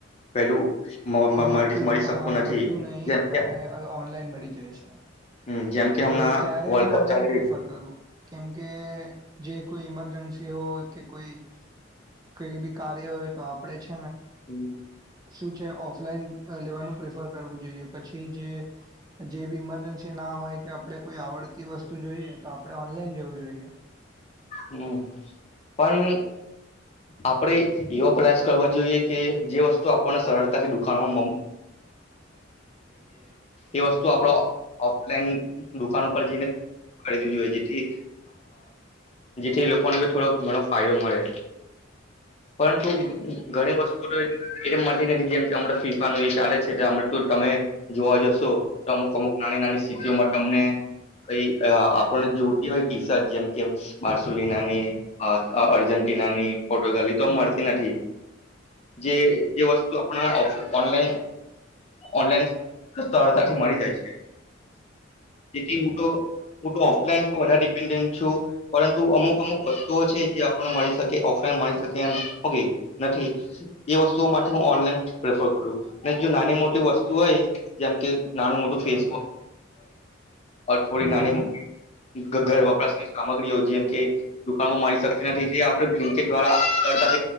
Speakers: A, on the left; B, on the right.
A: પેલું મ મ
B: મળતું
A: મળી મળી શકતું
B: હા
A: નથી
B: મળતું નહીિ
A: જેમ કે
B: અને ઓનલાઈન મળી જાયશે
A: હમ જેમ કે હમણાં
B: તો ત્યારે
A: વર્લ્ડ
B: હું
A: કપ
B: ઓનલાઈન
A: ચાલી
B: પ્રિફર કરું કેમ કે જે કોઈ એઇમરજન્સી હો કે કોઈ કઈ બી કાર્ય હોય તો આપણેે જ
A: રહી
B: શ છે ઓફલાઈન લેવાનું ઓફર કરવું જોઈએ પછી જે જેી ઇમરજન્સી પી ના હોય કે આપણે કોઈ આવડતી વસ્તુ જોઈએ તો આપણે ઓનલાઈન જોવું જોઈએ
A: હમ પણ આપણેે એવો પ્રયાસ કરવો જોઈએ કે જે વસ્તુ આપને સરળતાથી દુનો એ વસ્તુ આપ ઓફલાઈન દુકાન ઉપર જઈને ખરીવી જોઈએ જેથી જેથી લોકોને બી થોડો ઘણો ફાયદો મળે પરંતુ ઘણી વસ્તુ તો એ મળતી નથી જેમ કેમણા ફીફાનું એ ચાલે છે તમે જોવા જશો અમુક અમુક નાની નાની સ્થિતિઓમાં તમને ક આપણને જોતી હોય ટી શર્ટ જેમ કે બાર્સોલનાની અર્જેન્ટિના ની ફોટો ગલી તોમ
B: હમ
A: મળતી નથી જે જે વસ્તુ આપ ઓનલાન ઓનલાનથી મળી જાય છે તેથી હું તો ઓફલાઈન વધારે <unintelligible> છું પરંતુ અમુક અમુક વસ્તુઓ છે જે આપને મળી શકે ઓફલાઈન મળી શકે <unintelligible> એમ નથી એ વસ્તુઓ માટે હું ઓનલાઈન પ્રેફર કરું જો નાની મોટી વસ્તુ હોય જેમકે નાનું મોટું <unintelligible>
B: બરોબર
A: થોડી
B: હમ
A: નાની
B: હમ
A: મોટી ઘ ઘર વપરાસની સામગ્રી યોજ જેમ કે દુકાનમાં મળી શકતી નથી તે આપણે <unintelligible> દ્વારા કરતા